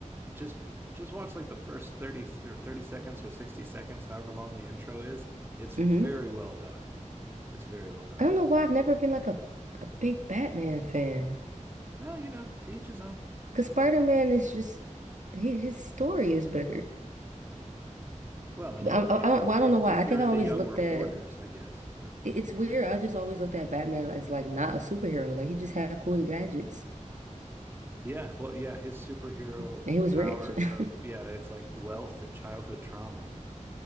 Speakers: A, on the right; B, on the right.
A: just just watch like the first 30 or 30 seconds or 60 seconds, however long the intro is. It's very
B: hmm
A: well done. It's very well done.
B: I don't know why I've never been like a, a big Batman fan.
A: Well, you know, to each his own.
B: Because Spider-Man
A: But,
B: is just, his, his story is better.
A: well, I mean,
B: I, I,
A: i- i-
B: I,
A: if
B: well, I don't know why.
A: if
B: I think
A: you're
B: I
A: into
B: always
A: young
B: looked
A: reporters,
B: at,
A: I guess, but
B: it- it's weird. I just always looked at Batman as like not a superhero. Like he just had cool gadgets
A: yeah, well, yeah, his superhero
B: and he was
A: powers
B: rich.
A: are
B: <laughs>
A: yeah, it's like wealth and childhood trauma.